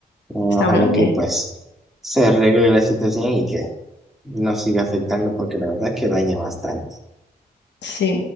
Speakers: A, in the centre; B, on the left (about 80°).
A: Ojalá
B: Está muy
A: que
B: bien.
A: pues se arregle la situación y que no siga afectando porque la verdad es que daña bastante.
B: Sí.